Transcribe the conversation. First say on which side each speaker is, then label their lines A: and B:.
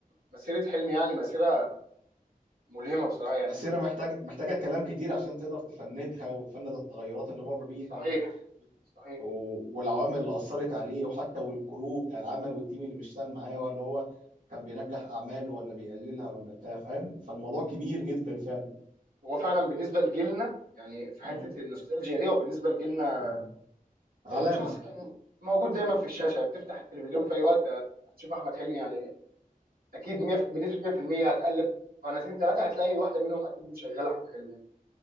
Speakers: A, on the right (about 80°); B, on the right (about 65°).
A: مسيره حلمي يعني مسيره ملهمه بصراحه يعني
B: مسيره محتاج محتاجه كلام كتير عشان تقدر تفندها وتفند التغيرات اللي مر بيها
A: صحيح
B: و...
A: صحيح
B: و... والعوامل اللي اثرت عليه وحتى والكرو بتاع العمل والتيم اللي بيشتغل معاه ولا هو كان بينجح اعماله ولا بيقللها ولا بتاع فاهم فالموضوع كبير
A: هو
B: جدا فعلا
A: هو فعلا بالنسبه لجيلنا يعني في حته
B: مم.
A: النوستالجيا دي وبالنسبه لجيلنا
B: مم. علامه
A: آه، شخص كان موجود دايما في الشاشه بتفتح التلفزيون في اي وقت هتشوف احمد حلمي يعني اكيد 100 بنسبه 100% هتقلب قناتين ثلاثه هتلاقي واحده منهم اكيد مشغله احمد حلمي يعني.